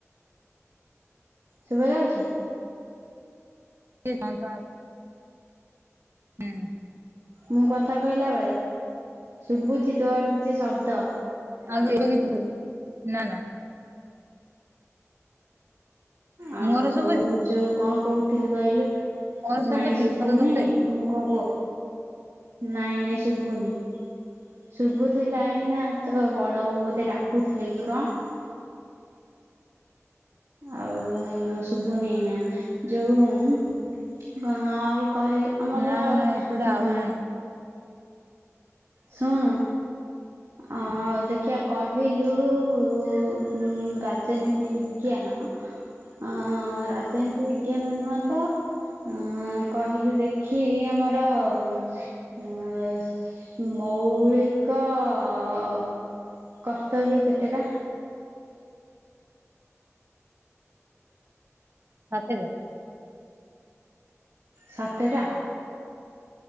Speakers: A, on the right; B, on the right.
A: ଶୁଭା ଯାଉଛି?
B: ଇ <unintelligible> ହୁଁ।
A: ମୁଁ କଥା କହିଲା ବେଳେ ଶୁଭୁଚି ତୋ ଆଡୁ କିଛି ଶବ୍ଦ।
B: ଆଉ <unintelligible> ନା ନା
A: ଆଁ
B: ମୋର
A: ହଉ
B: ଶୁଭୁଛି
A: ଯୋଉ କଣ କହୁଥିଲି କହିଲୁ
B: ମୋର ଶୁଭୁଛି
A: ନାଇଁ ଶୁଭୁନି
B: ସତ ତତେ
A: ମୁଁ କଣ କ ନାଇଁ ନାଇଁ ଶୁଭୁନି। ଶୁଭୁଥିଲା ଏଇନା ତୋ ବଡ ବୋଉ ବୋଧେ ଡାକୁଥିଲେ କି କଣ। ଆଉ ଶୁଭୁନି ଏଇନା ଯୋଉଁ କଣ ଆଉ କହିବି ଆମର
B: ନା ନା ଏପଟେ
A: ହଁ
B: ଆଉ ଜଣେ
A: ଶୁଣୁ ଆ ଆଉ ଦେଖିଆ କହିଲୁ ଉଁ ରାଜନୀତି ବିଜ୍ଞାନ ଆଁ ରାଜନୀତି ବିଜ୍ଞାନ ନୁହଁ ତ ଉଁ କହିଲୁ ଦେଖି ଆମର ଉଁ ସ ମୌଳିକଅ କର୍ତ୍ତବ୍ୟ କେତେଟା?
B: ସାତେ ଟା।
A: ସାତେ ଟା?